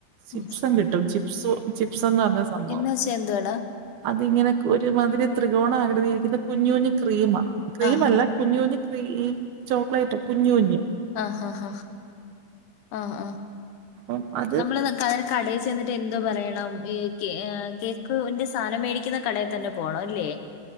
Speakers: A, on the right; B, on the left.
A: ചിപ്സം
B: ഉം
A: കിട്ടും ചിപ് ചിപ്സന്ന് പറഞ്ഞ സംഭവം
B: എന്ന് വെച്ചാ എന്തുവാടാ
A: അതിങ്ങനെ ഒരുമാതിരി ത്രികോണം ആകൃതിയിരിക്ന്ന കുഞ്ഞു കുഞ് ക്രീമാ ക്രീം
B: ആഹ്
A: അല്ല കുഞ് കുഞ് ക്രീ ചോക്ലേറ്റ് കുഞ്ഞൂഞ്
B: ആഹ് ആഹ് ആഹ് ആഹ്
A: അപ്പം അത്
B: നമ്മൾ ന കയ്ൻ കടേ ചെന്നിട്ട് എന്ത് പറയണം? വേ കേ കേക്ക് ഉന്റെ സാധനം മേടിക്ന്ന കടേ തന്നെ പോകണം ല്ലേ?